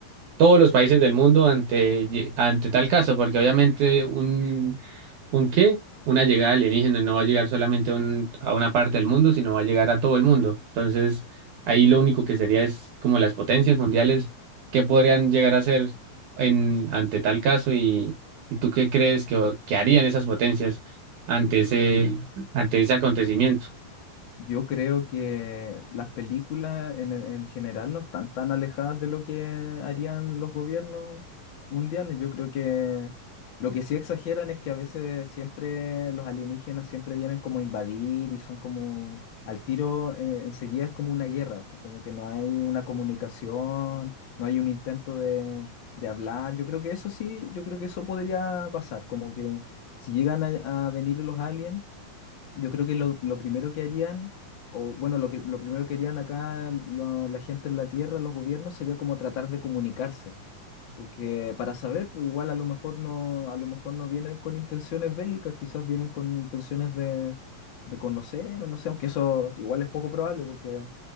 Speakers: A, on the right; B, on the left.
A: todos los países del mundo ante, ante tal caso, porque obviamente un, un qué, una llegada alienígena no va a llegar solamente a un- a una parte del mundo, sino va a llegar a todo el mundo. Entonces, ahí lo único que sería es como las potencias mundiales, qué podrían llegar a hacer en, ante tal caso y, y tú qué crees que, que harían esas potencias ante ese, ante ese acontecimiento.
B: Yo creo que las películas en, e-, en general no están tan alejadas de lo que harían los gobiernos mundiales. Yo creo que lo que sí exageran es que a veces siempre los alienígenas siempre vienen como a invadir y son como al tiro, eh, enseguida es como una guerra, como que no hay una comunicación, no hay un intento de, de hablar. Yo creo que eso sí, yo creo que eso podría pasar, como que si llegan a, a venir los aliens. Yo creo que lo, lo primero que harían, o bueno, lo que lo primero que harían acá lo- la gente en la Tierra, los gobiernos, sería como tratar de comunicarse. Porque para saber, pues igual a lo mejor no, a lo mejor no vienen con intenciones bélicas, quizás vienen con intenciones de, de conocer, o no sé, aunque eso igual es poco probable, porque